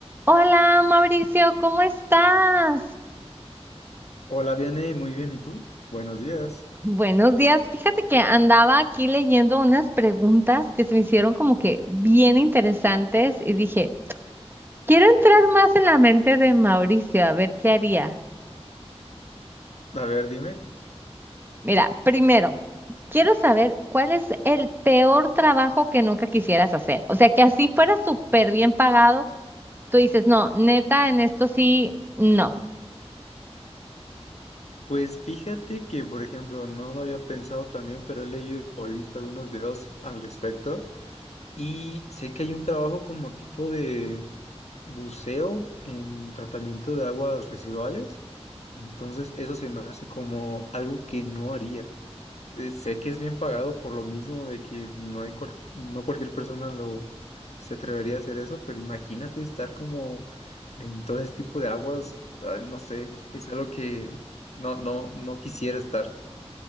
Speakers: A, on the right; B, on the left.
A: Hola Mauricio, ¿cómo estás?
B: Hola, Vianey, muy bien, ¿y tú? Buenos días.
A: Buenos días. Fíjate que andaba aquí leyendo unas preguntas que se me hicieron como que bien interesantes y dije, quiero entrar más en la mente de Mauricio, a ver qué haría.
B: A ver, dime.
A: Mira, primero, quiero saber cuál es el peor trabajo que nunca quisieras hacer. O sea, que así fuera súper bien pagado, tú dices, no, neta, en esto sí, no.
B: Pues fíjate que, por ejemplo, no lo había pensado también, pero he leído o he visto algunos videos al respecto y sé que hay un trabajo como tipo de buceo en tratamiento de aguas residuales. Entonces, eso se me hace como algo que no haría. Eh, sé que es bien pagado por lo mismo de que no hay cual- no cualquier persona lo se atrevería a hacer eso, pero imagínate estar como En todo ese tipo de aguas, ay, no sé, es algo que no, no, no quisiera estar.